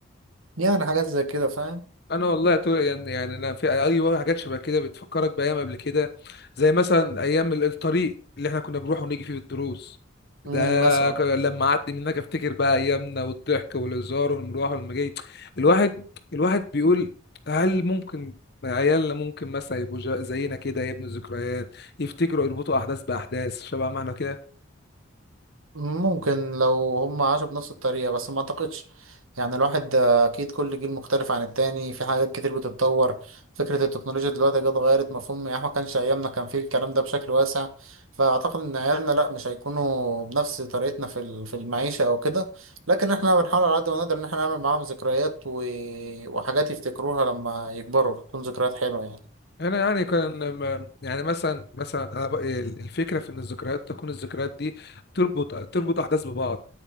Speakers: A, on the right; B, on the left.
A: يعني حاجات زي كده فاهم
B: انا والله تو- يعني يعني انا في اي أي حاجات شبه كده بتفكرك بايام قبل كده زي مثلا ايام ال- الطريق اللي احنا كنا بنروح ونيجي فيه بالدروس ده
A: مم، مثلا
B: ك- لما اعدي منك افتكر بقى ايامنا والضحك والهزار والمروح والمجاي الواحد الواحد بيقول هل ممكن عيالنا ممكن مثلا يبقوا ج- زينا كده يا ابن الذكريات يفتكروا يربطوا احداث باحداث شبه ما احنا كده
A: ممكن لو هم عاشوا بنفس الطريقة بس ما اعتقدش يعني الواحد آه، اكيد كل جيل مختلف عن التاني في حاجات كتير بتتطور فكرة التكنولوجيا دلوقتي جت غيرت مفهوم يعني إحنا ما كانش ايامنا كان فيه الكلام ده بشكل واسع فاعتقد ان عيالنا لا مش هيكونوا بنفس طريقتنا في ال- في المعيشة او كده لكن احنا بنحاول على قد ما نقدر ان احنا نعمل معاهم ذكريات و... وحاجات يفتكروها لما يكبروا تكون ذكريات حلوة يعني
B: انا يعني كان م- يعني مثلا مثلا انا بق- الفكره في ان الذكريات تكون الذكريات دي تربط تربط احداث ببعض